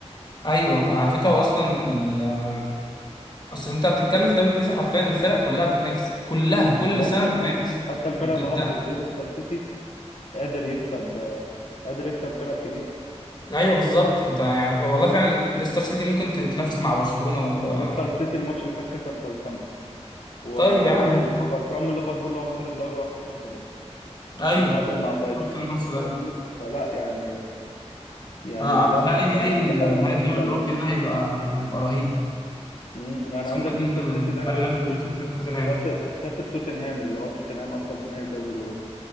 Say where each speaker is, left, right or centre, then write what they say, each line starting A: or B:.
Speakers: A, on the left (about 40°); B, on the left (about 80°).
A: ايوه على فكره هو اصلا ال- اصل انت بتتكلم في الدوري الانجليزي حرفيا الفرق كلها بتنافس كلها
B: بالظبط
A: كل سنه بتنافس
B: اه حتى الفرقه
A: انت
B: اللي
A: انت-
B: هبطت دي ليستر سيتي قادر يكسب آه، قادر يكسب فرق كبيره
A: ايوه بالظبط انت يعني والله فعلا ليستر سيتي ممكن تنافس مع برشلونه
B: آه،
A: و... آه.
B: ليستر سيتي الماتش اللي فات كسب ساوثهامبتون و-
A: طيب
B: وقبل
A: يا عم
B: وخسران من ليفربول اللي هو بطل الدوري 1-0 بس
A: ايوه
B: ومتعادل مع برايتون
A: شفت الماتش ده
B: فاهمني فلا يعني يعني
A: انا متهيألي
B: لا كان
A: نهائي
B: يستحق
A: ال-
B: ممكن
A: نهائي الدوري
B: يكمل
A: الاوروبي ده هيبقى هيبقى رهيب
B: امم يعني
A: خصوصا
B: عندك
A: بين
B: ليستر سيتي ده
A: مان
B: كسب
A: يونايتد
B: توت...
A: وتوتنهام
B: كسب كسب توتنهام اللي هو توتنهام اصلا في نهائي الدوري الاوروبي